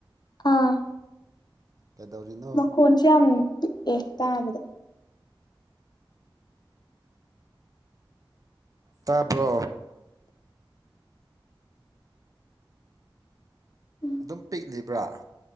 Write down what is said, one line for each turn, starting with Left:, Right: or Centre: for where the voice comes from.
Left: ꯑꯥ
Right: ꯀꯗꯧꯔꯤꯅ
Left: ꯃꯈꯣꯟꯁꯦ ꯌꯥꯝ ꯄꯤꯛꯑꯦ ꯇꯥꯕꯗ
Right: ꯇꯥꯕ꯭ꯔꯣ
Left: ꯎꯝ
Right: ꯑꯗꯨꯝ ꯄꯤꯛꯂꯤꯕ꯭ꯔꯥ